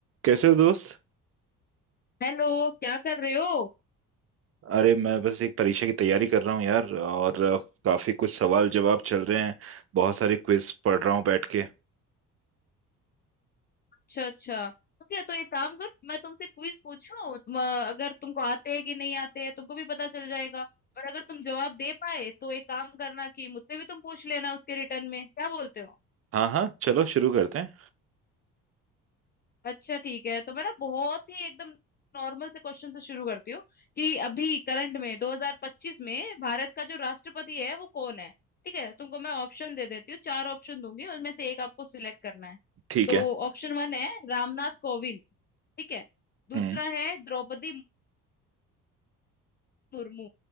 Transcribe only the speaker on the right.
कैसे हो दोस्त
अरे मैं बस एक परीक्षा की तैयारी कर रहा हूँ यार और अ, काफी कुछ सवाल जवाब चल रहे हैं बहुत सारे क्विज पढ़ रहा हूँ बैठ के
हाँ हाँ चलो शुरू करते हैं
ठीक
है
हम्म